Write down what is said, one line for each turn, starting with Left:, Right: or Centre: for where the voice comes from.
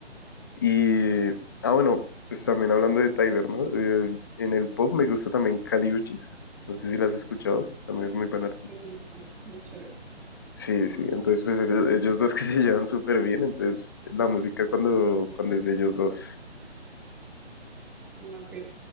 Left: Y, ah, bueno, pues también hablando de Tyler, ¿no? Eh, en el pop me gusta también Kali Uchis. No sé si la has escuchado, también es muy buen artista.
Centre: me gustan. Muy chévere.
Left: Sí, sí, entonces pues es- ellos dos que <laughs> se llevan súper bien, entonces la música cuando, cuando es de ellos dos.
Centre: Mm, Ok,